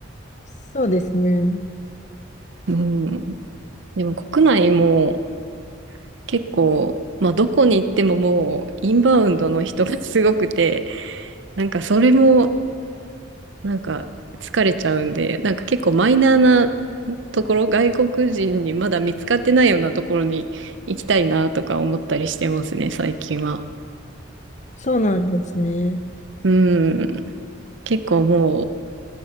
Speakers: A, on the left; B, on the right.
A: そうですね。
B: うん。でも国内も結構、まあどこに行ってももうインバウンドの人がすごくて、なんかそれもなんか疲れちゃうんで、なんか結構マイナーなところ、外国人にまだ見つかってないようなところに行きたいなとか思ったりしてますね、最近は。
A: そうなんですね。
B: うん。結構も